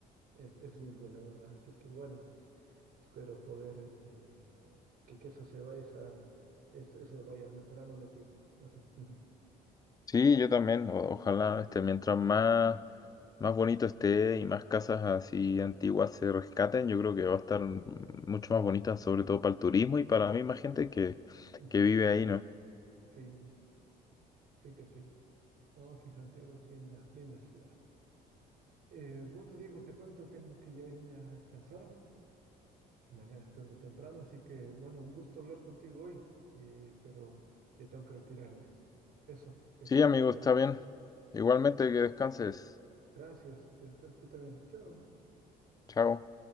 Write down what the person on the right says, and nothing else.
Es, es, es lindo, la verdad. Así que, bueno, espero poder eh, que, que eso se vaya, esa- eso, eso vaya mejorando en el tiempo. No sé. <laughs> Ujú,
ujú,
ujú.
Sí, sí que sí. No, sí, Santiago es linda, linda ciudad. Eh, bueno, Diego, te cuento, tengo que ya irme a descansar. Mañana despierto temprano, así que bueno, un gusto hablar contigo hoy, eh, pero ya tengo que retirarme. Eso, que
estés
muy bien.
Gracias, que descanses tú también. Chao.